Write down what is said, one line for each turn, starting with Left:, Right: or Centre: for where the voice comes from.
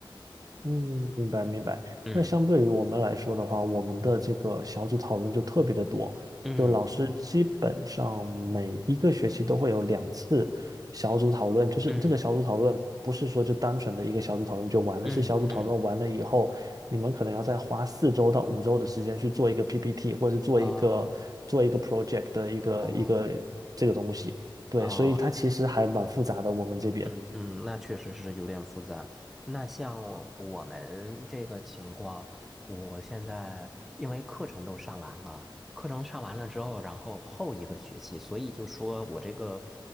Right: 嗯，明白明白。
Centre: 嗯
Right: 那相对于我们来说的话，我们的这个小组讨论就特别的多，
Centre: 嗯
Right: 就老师基本上每一个学期都会有两次小组讨论，就是这个小组讨论不是说就单纯的一个小组讨论就完了，
Centre: 嗯嗯嗯，
Right: 是小组讨论完了以后，你们可能要再花四周到五周的时间去做一个 PPT，或者是做一个做一个
Centre: 哦
Right: project 的一个一个这个东西。
Centre: 哦
Right: 对，
Centre: 哦，
Right: 所以它其实还蛮复杂的，
Centre: 啊
Right: 我们这边。
Centre: 嗯嗯，那确实是有点复杂。那像我们这个情况，我现在因为课程都上完了，课程上完了之后，然后后一个学期，所以就说我这个